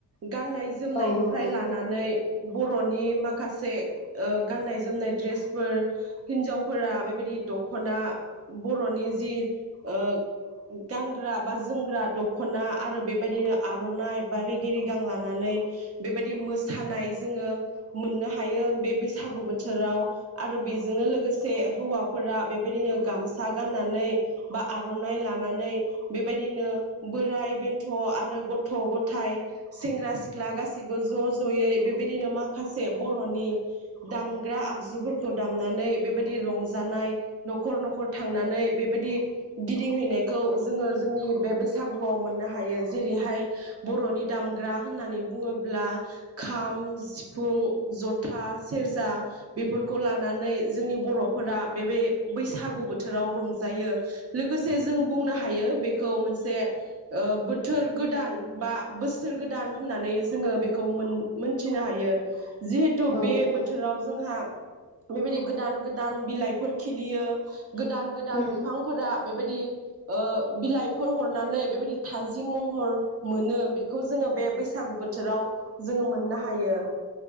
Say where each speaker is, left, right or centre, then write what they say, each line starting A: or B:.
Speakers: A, on the right; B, on the left.
A: गाननाय जोमनायनिफ्राय
B: औ नंगौ
A: लानानै बर'नि माखासे ओ गाननाय जोमनाय द्रेसफोर हिन्जावफोरा बेबायदि दख खना बर'नि जि ओ गानग्रा बा जोमग्रा दखना आरो बेबायदिनो आरनाइ बा रिगि रि गां लानानै बेबायदि मोसानाय जोङो मोननो हायो बे बैसागु बोथोराव आरो बेजोंनो लोगोसे हौवा फोरा बेबायदिनो गामसा गाननानै बा आरनाइ लानानै बेबायदिनो बोराय बेन थ'आरो गथ'-गथाय सेंग्रा सिख्ला गासिबो ज' जयै बेबायदिनो माखासे बर'नि दामग्रा आगजुफोरखौ दामनानै बेबायदि रंजानाय न'खर न'खर थांनानै बेबायदि गिदिंहैनायखौ जोङो जोंनि बे बैसागुआव मोननो हायो जेरैहाय बर'नि दामग्रा होननानै बुङोब्ला । खाम सिफुं जथ था सेरजा । बेफोरखौ लानानै जोंनि बर' फोरा बेबे बैसागु बोथोराव रंजायो लोगोसे जों बुंनो हायो बेखौ मोनसे ओ बोथोर गोदान बा बोसोर गोदान होननानै जो जोङो बेखौ मोन मोन थिनो हायो। जिहेथु
B: औ
A: बे
B: नंगौ
A: बोथोराव जोंहा बेबायदि गोदान गोदान बिलाइफोर खिलियो । गोदान गोदान
B: उम
A: बिफांफोरा बेबायदि ओ बिलाइफोर हरनानै बेबायदि थाजिम महर मोनो बेखौ जोंङो बे बैसागु बोथोराव जोंङो मोननो हायो ।